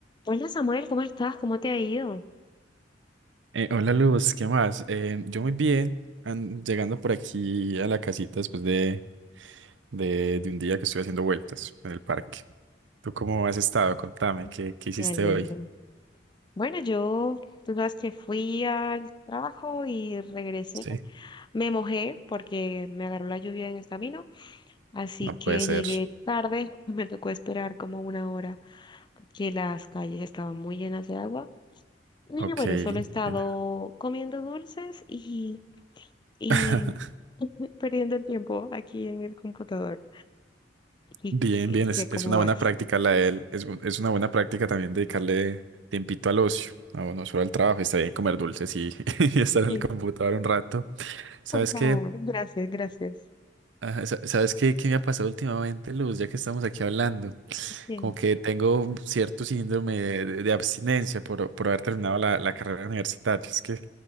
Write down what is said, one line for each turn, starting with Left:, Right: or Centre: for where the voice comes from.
Left: Hola Samuel, ¿cómo estás? ¿Cómo te ha ido?
Right: Eh, hola Luz, ¿qué más? Eh, yo muy bien, an- llegando por aquí a la casita después de, de, de un día que estuve haciendo vueltas en el parque. ¿Tú cómo has estado? Contame,
Left: Mm.
Right: ¿qué, qué hiciste
Left: Me alegro.
Right: hoy?
Left: Bueno, yo, tú sabes que fui al trabajo y regresé.
Right: Sí,
Left: Me mojé porque me agarró la lluvia en el camino, así
Right: no
Left: que
Right: puede ser.
Left: llegué tarde. <laughs> Me tocó esperar como una hora porque las calles estaban muy llenas de agua. Y
Right: Ok.
Left: bueno, solo he estado
Right: Bien,
Left: comiendo dulces y, y
Right: <laughs>
Left: <laughs> perdiendo el tiempo aquí en el computador. ¿Y,
Right: bien,
Left: y
Right: bien,
Left: qué,
Right: es,
Left: cómo
Right: es una
Left: vas?
Right: buena práctica la de él. Es, un- es una buena práctica también dedicarle tiempito al ocio, no, no solo al trabajo. Está bien comer dulces y, <laughs> y estar en
Left: Sí,
Right: el computador un rato. ¿Sabes
Left: por favor,
Right: qué?
Left: gracias, gracias.
Right: Ajá, sa- ¿Sabes qué, qué me ha pasado últimamente, Luz? Ya que estamos aquí hablando.
Left: Bien.
Right: Como que tengo cierto síndrome de, de- de abstinencia por, por haber terminado la, la carrera universitaria. Es que